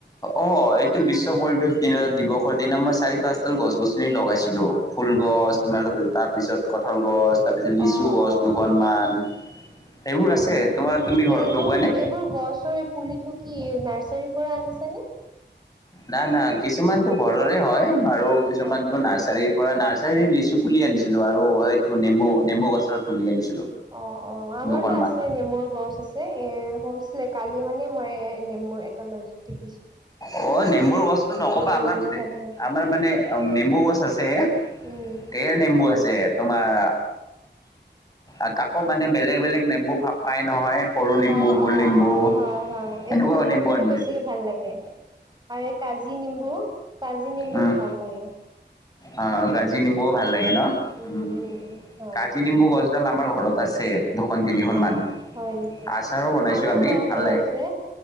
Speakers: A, on the left (about 20°); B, on the right (about 25°).
A: অ, এই, বিশ্ব পৰিৱেশ দিনা দিৱসৰ দিনা মই চাৰি পাঁচডাল গছ গছনি লগাইছিলো। ফুল গছ
B: অ'
A: তোমাৰ তাৰপিছত কঠাল গছ তাৰপিছত লিচু
B: অ'
A: গছ
B: অ'
A: দুখনমান
B: আচ্ছা
A: সেইবোৰ আছে
B: হয়, নেকি
A: তোমাৰ তুমি ঘৰত
B: এইবোৰ
A: লগোৱা নে?
B: এইবোৰ গছৰে পুলিটো কি নাৰ পৰা আনিছানে।
A: ন, না, কিছুমানতটো ঘৰৰে হয় বাৰু কিছুমানটো
B: আচ্ছা
A: নাৰ্চাৰীৰ পৰা না লিচু পুলি আনিছিলো আৰু এইটো নেমু নেমু গছৰ পুলি আনিছিলো।
B: অ, অ, আমাৰতো
A: দুখনমান।
B: আছে নেমুৰ গছ আছে এ হৈছিলে কালি মানে মাই নেমু এটা লৈ ষ্টিক
A: অ, নেমবুৰ বস্তু নকবা
B: গোন্ধ
A: আমাৰতে
B: থাকে ন
A: আমাৰ মানে নেমু গছ আছে
B: উম
A: তেৰ নেমু আছে। তোমাৰ আকৌ মানে বেলেগ বেলেগ নেম্বু ভাগ পাই নহয় সৰু নিম্বু
B: অ
A: গোল
B: অ
A: নিম্বু
B: অ
A: এনেকুৱা
B: হয় হয় এই গোল নেমুটো
A: নম্বু আনিছে
B: বেছিকে ভাল লাগে আৰু কাজি নিম্বু কাজি নিম্বু
A: উম
B: ভাল লাগে
A: অ, কাজি নিম্বুও ভাল লাগে ন
B: উম
A: উ
B: উম উম হয়
A: কাজি নিম্বু গছডাল আমাৰ ঘৰত আছে দুখন তিনিখন
B: অ
A: মান
B: হয় নেকি
A: আচাৰো বনাইছো
B: আমাৰ
A: আমি
B: ঘৰটো
A: ভাল লাগে
B: আছে